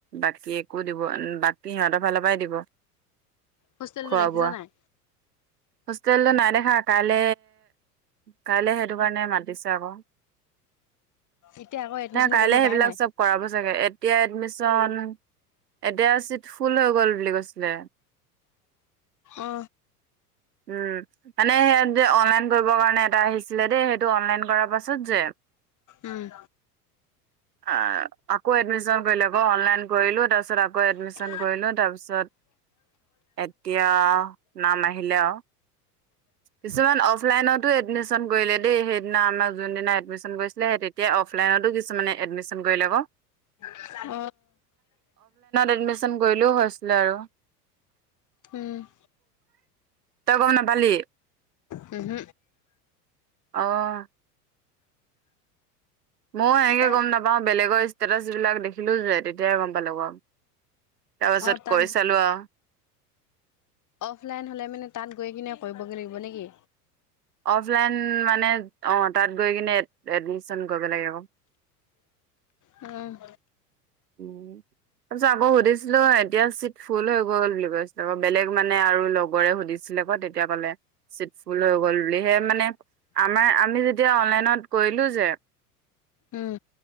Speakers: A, on the right; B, on the left.
A: বাকী একো দিব বাকি সিহঁতৰ ফালৰ পৰাই দিব।
B: হোষ্টেলটো
A: খোৱা
B: দেখিছনে
A: বোৱা
B: নাই?
A: হোষ্টেলটো নাই দেখা কাইলে কাইলে সেইটো কাৰণে মাতিছে আকৌ। <inaudible>
B: এতিয়া আকৌ এডমিশন
A: নাই কাইলে
B: কৰিব
A: সেইবিলাক
B: পাই নাই
A: চব কৰাব চাগে। এতিয়া এডমিচন এতিয়া চিত ফুল হৈ গ'ল বুলি কৈছে।
B: অ
A: উম, মানে যে অনলাইন কৰিবৰ কাৰণে এটা আহিছিলে দেই সেইটো অনলাইন কৰাৰ পাছত যে
B: উম
A: আ আকৌ এডমিচন কৰিল আকৌ অনলাইন কৰিলো তাৰপিছত আকৌ এডমিশন
B: উম,
A: কৰিলো তাৰপিছত এতিয়া নাম আহিলে আৰু কিছুমান অফলাইনতো এডমিশন কৰিলে দেই সেইদিনা আমাৰ যোনদিনা এডমিশন কৰি তেতিয়া অফলাইনতো কিছুমানে এডমিশন কৰি ল'ব
B: <inaudible>
A: এডমিশন কৰিলেও হৈছিলে আৰু
B: উম
A: তগ ন বালি
B: উহ
A: আহ ময়ো এনেকে
B: তাত
A: গম নাপাও বেলেগৰ ষ্টেটাচ বিলাক দেখিলো যে তেয়া দেৰ গম্প লগৰ তাৰ পাছত
B: অ', তাত
A: কৰি চালোৱা
B: অফলাইন হলে মানে তাত গৈ কিনে কৰিবগৈ লাগিব নেকি
A: অফলাইন মানে অ তাত গৈ কিনে এডমিচন কৰিব লাগে আক
B: উম
A: উম তাৰপিছত আকৌ সুধিছিলো এতিয়া চিট ফুল হৈ গ গ'ল বুলি কৈছিলে আ বেলেগ মানে আৰু লগৰে সুধিছিলে ক তেতিয়া কাললে চিটফুল হৈ গল বুলিহে মানে আমাৰ আমি যেতিয়া অনলাইনত কৰিলো যে
B: উম,